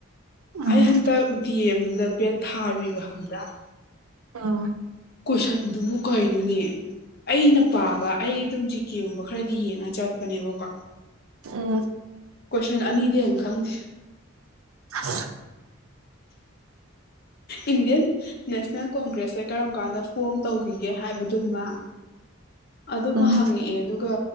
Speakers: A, on the right (about 80°); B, on the left (about 50°).
A: ꯎꯝ
B: ꯑꯩ ꯍꯟꯗꯛ ꯗꯤ ꯑꯦꯝꯗ ꯕꯦꯠ ꯊꯥꯔꯨꯏꯕ ꯈꯪꯕ꯭ꯔꯥ
A: ꯑ
B: ꯀꯣꯏꯁꯟꯗꯨꯕꯨ ꯀꯩꯅꯣꯅꯦ ꯑꯩꯅ ꯄꯥꯕ ꯑꯩ ꯑꯗꯨꯝ ꯖꯤꯀꯦꯒꯨꯝꯕ ꯈꯔꯗꯤ ꯌꯦꯡꯉ ꯆꯠꯄꯅꯦꯕꯀꯣ
A: ꯎꯝ
B: ꯀꯣꯏꯁꯟ ꯑꯅꯤꯗꯤ ꯍꯦꯟ ꯈꯪꯗꯦ
A: ꯍ
B: ꯏꯟꯗꯤꯌꯥꯟ ꯅꯦꯁꯅꯦꯜ ꯀꯣꯡꯒ꯭ꯔꯦꯁꯁꯦ ꯀꯔꯝ ꯀꯥꯟꯗ ꯐꯣꯝ ꯇꯧꯈꯤꯒꯦ ꯍꯥꯏꯕꯗꯨꯃ ꯑꯗꯨꯃ
A: ꯎꯝ
B: ꯍꯪꯉꯛꯑꯦ ꯑꯗꯨꯒ